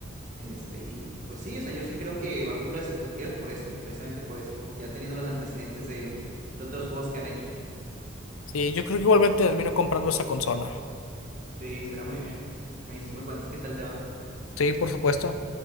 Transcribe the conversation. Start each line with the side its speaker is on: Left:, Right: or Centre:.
Right: Este, y, y pues sí, o sea, yo sí creo que va a cumplir las expectativas por eso, precisamente por eso, porque ya teniendo los antecedentes de, de otros juegos que han hecho.
Left: Sí, yo creo que igualmente termino comprando esa consola.
Right: Sí, estará muy bien. Me dices, me cuentas qué tal te va.
Left: Sí, por supuesto.